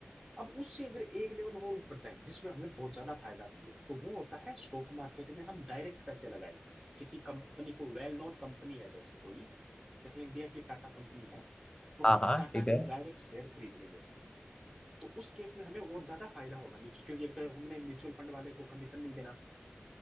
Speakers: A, on the right; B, on the left.
A: अब उससे अगर एक लेवल और ऊपर जाए जिसमें हमें बहुत ज्यादा फायदा चाहिए तो वो होता है स्टॉक मार्केट में हम डायरेक्ट पैसे लगाएं किसी कंपनी को वेल नोन कंपनी है जैसे कोई जैसे इंडिया की टाटा कंपनी है तो
B: हाँ
A: हम
B: हाँ
A: टाटा
B: ठीक
A: के
B: है
A: डायरेक्ट शेयर खरीद लेंगे तो उस केस में हमें और ज्यादा फायदा होगा म्यूचु- क्योंकि एक तो हमने म्यूचुअल फंड वाले को कमीशन नहीं देना